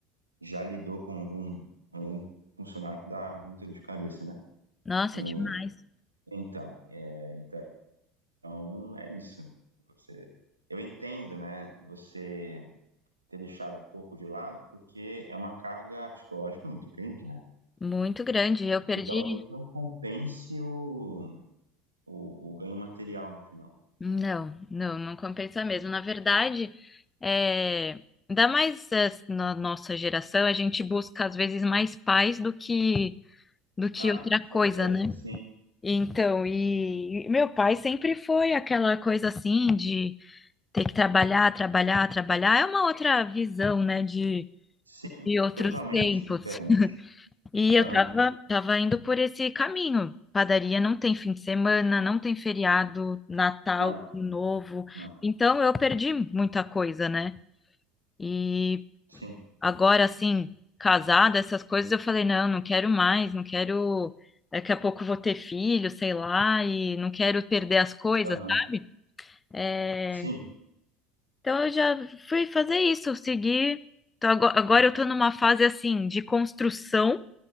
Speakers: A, on the right; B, on the left.
A: já lidou com algum, algum funcionário que dá muita dor de cabeça, né?
B: Nossa,
A: E,
B: é demais.
A: então, é, então é isso. Você, eu entendo, né? Você ter deixado um pouco de lado, porque é uma carga psicológica muito grande, né?
B: Muito grande. Eu perdi.
A: E talvez não compense o, o, o ganho material no final.
B: Não, não, não compensa mesmo. Na verdade, é... ainda mais eh, na nossa geração, a gente busca às vezes mais paz do que do que
A: Ah,
B: outra
A: com certeza,
B: coisa, né?
A: sim.
B: Então, e e meu pai sempre foi aquela coisa assim de ter que trabalhar, trabalhar, trabalhar. É uma outra visão, né, de,
A: Sim,
B: de outros
A: totalmente
B: tempos.
A: diferente.
B: E eu
A: Aham,
B: tava, tava indo por esse caminho. Padaria não tem fim de semana, não tem feriado, Natal,
A: Não,
B: Ano Novo.
A: não.
B: Então eu perdi muita coisa, né? E
A: Sim,
B: agora, assim, casada, essas coisas, eu falei, não, não quero mais, não quero. Daqui a pouco eu vou ter filho, sei lá, e não quero perder as coisas,
A: aham,
B: sabe? É,
A: Sim.
B: Então eu já fui fazer isso, seguir. Então, ago- agora eu tô numa fase assim de construção.